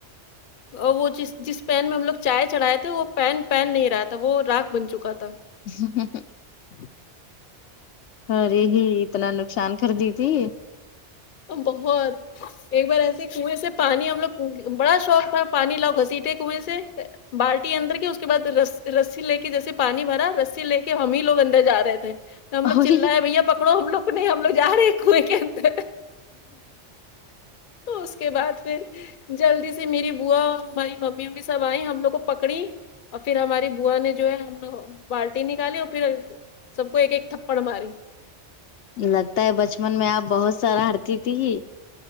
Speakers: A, on the left; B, on the left.
A: اور وہ جس جس پین میں ہم لوگ چائے چڑھائے تھے وہ پین پین نہیں رہا تھا وہ راغ بن چکا تھا
B: ہ ہ ہ ارے ہی اتنا نقصان کردی تھی
A: بہت ایک بار ایسے کنویں سے پانی ہم لوگ بڑا شوق تھا پانی لوؤ گھسیٹے کنویں سے بالٹی اندر کے اس کے بعد ر رسی لے کے جیسے پانی بھرا رسی لے کے ہم ہی لوگ اندر جا رہے تھے ہم
B: اور
A: لوگ چللایے بھیا پکڑو ہم لوگ کو نہیں ہم لوگ جا رہے ہیں کنویں کے اندر اس کے بعد پھر جلدی سے میری بوا اور ہماری ممی وممی سب آئی ہم لوگ کو پکڑی اور پھر ہماری بوا نے جو ہے ہم لوگ بالٹی نکالی اور پھر سب کو ایک ایک تھپڈ ماری
B: لگتا ہے بچپن میں آپ بہت سارا ہٹتی تھی ہی